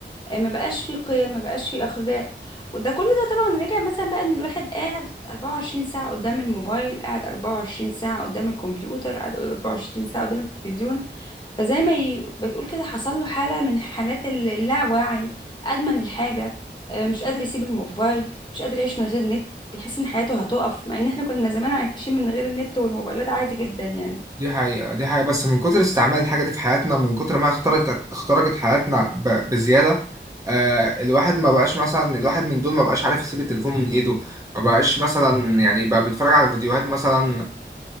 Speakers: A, on the left (about 25°); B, on the right (about 15°).
A: آه، ما بقاش في قيم ما بقاش في اخلاق وده كل ده طبعا راجع مثلا بقى ان الواحد قاعد 24 ساعه قدام الموبايل قاعد 24 ساعه قدام الكمبيوتر قاعد 24 ساعه قدام التلفزيون فزي ما ي- بتقول كده حصل له حالة من حالات ال- اللاوعي أدمن الحاجة آه، مش قادر يسيب الموبايل مش قادر يعيش من غير نت بيحس إن حياته هتقف مع إن إحنا كنا زمان عايشين من غير النت والموبايلات عادي جدا يعني
B: دي حقيقة دي حقيقة بس من كتر استعمال الحاجة دي في حياتنا من كتر ما اخترت اخترقت حياتنا ب- بزيادة آه، الواحد ما بقاش مثلا الواحد من دول ما بقاش عارف يسيب التليفون من ايده ما بقاش مثلا يعني بقى بيتفرج على فيديوهات مثلا